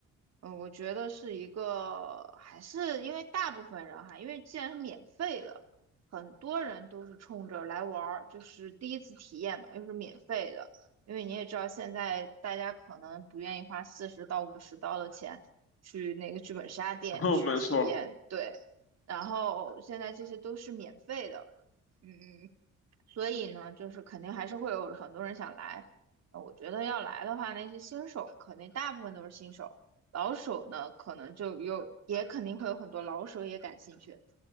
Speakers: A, on the right (about 60°); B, on the left (about 45°).
A: 嗯，我觉得是一个，还是因为大部分人哈，因为既然是免费的，很多人都是冲着来玩儿，就是第一次体验嘛，又是免费的。因为你也知道，现在大家可能不愿意花四十到五十刀的钱去那个剧本杀店去体验，
B: <laughs> 没错儿，
A: 对。然后现在这些都是免费的，嗯，所以呢，就是肯定还是会有很多人想来。呃我觉得要来的话，那些新手肯定大部分都是新手，老手呢可能就有，也肯定会有很多老手也感兴趣。